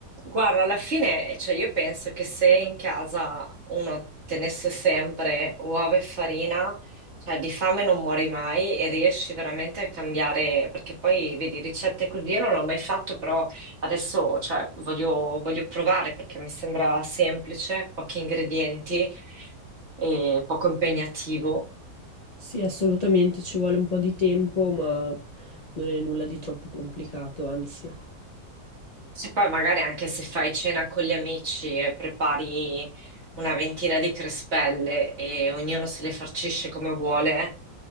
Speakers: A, on the right; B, on the left.
A: Guarda, alla fine, cioè io penso che se in casa uno tenesse sempre uova e farina, cioè di fame non muori mai e riesci veramente a cambiare, perché poi vedi ricette così, io non l'ho mai fatto, però adesso, cioè, voglio, voglio provare perché mi sembra semplice, pochi ingredienti e poco impegnativo.
B: Sì, assolutamente, ci vuole un po' di tempo, ma non è nulla di troppo complicato, anzi.
A: Se poi magari anche se fai cena con gli amici e prepari una ventina di crespelle e ognuno se le farcisce come vuole,